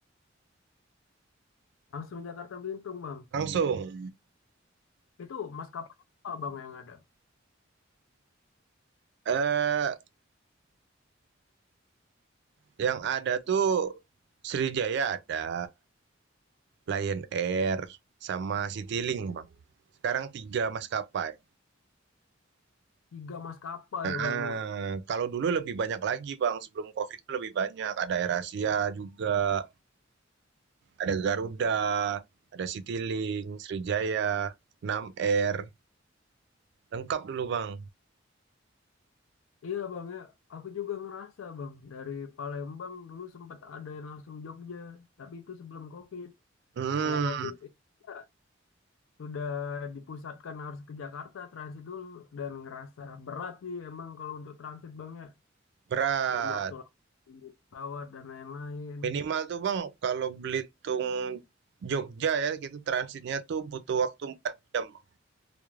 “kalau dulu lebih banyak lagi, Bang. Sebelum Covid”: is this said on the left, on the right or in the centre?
Right